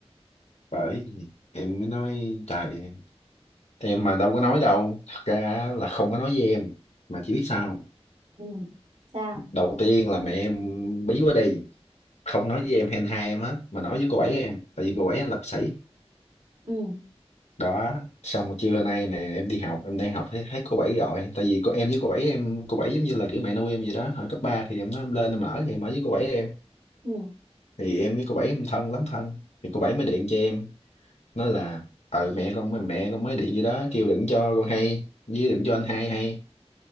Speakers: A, on the left; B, on the right.
A: bởi vì em mới nói trời em mà đâu có nói đâu thật ra là không có nói với em mà chỉ biết sao không?
B: Ừ. sao
A: đầu tiên là mẹ em bí quá đi không nói với em hen hai em hết mà nói với cô bảy em tại vì cô bảy em là bác sĩ
B: ừ.
A: đó xong rồi trưa nay nè em đi học em đang học thấy, thấy cô bảy gọi tại vì cô em với cô bảy em cô bảy giống như là kiểu mẹ nuôi em vậy đó hồi cấp 3 thì em nói em lên em ở thì em ở với cô bảy em
B: Ừ.
A: thì em với cô bảy em thân lắm thân thì cô bảy mới điện cho em nói là ừ mẹ con mẹ con mới điện gì đó kêu đừng cho con hay với đừng cho anh hai hay